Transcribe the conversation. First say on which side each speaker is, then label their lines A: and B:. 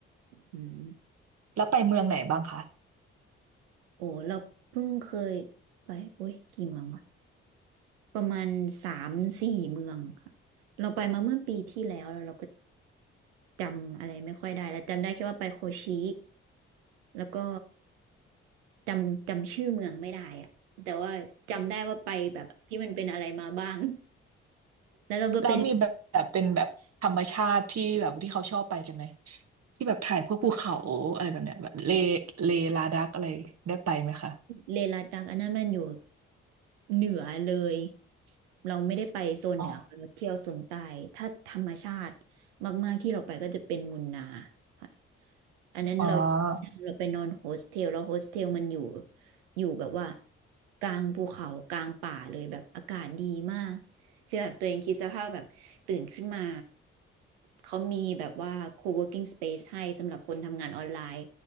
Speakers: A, on the right (about 80°); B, on the right (about 55°).
A: อืม
B: แล้วไปเมืองไหนบ้างคะ
A: โอ้เราเพิ่งเคยไปโอ้ยกี่เมืองวะ ประมาณสามสี่เมืองค่ะเราไปมาเมื่อปีที่แล้วแล้วเราก็จำอะไรไม่ค่อยได้แล้วจำได้แค่ว่าไปโคชิแล้วก็จำจำชื่อเมืองไม่ได้อะแต่ว่าจำได้ว่าไปแบบที่มันเป็นอะไรมาบ้างแล้วเราก็ไป
B: แล้วมีแบบแบบเป็นแบบธรรมชาติที่แบบที่เขาชอบไปกันไหมที่แบบถ่ายพวกภูเขาอะไรแบบเนี้ยแบบเลเลลาดักอะไรได้ไปไหมคะ
A: เลลัดดักอันนั้นมันอยู่เหนือเลย เราไม่ได้ไปโซนเหนือ
B: อ๋อ
A: เราเที่ยวโซนใต้ถ้าธรรมชาติมากๆที่เราไปก็จะเป็นมุนนาค่ะอันนั้นเรา
B: อ๋อ
A: เราไปนอนโฮสเทลแล้วโฮสเทลมันอยู่อยู่แบบว่ากลางภูเขากลางป่าเลยแบบอากาศดีมาก คือแบบตัวเองคิดสภาพแบบตื่นขึ้นมา เขามีแบบว่า co-working space ให้สำหรับคนทำงานออนไลน์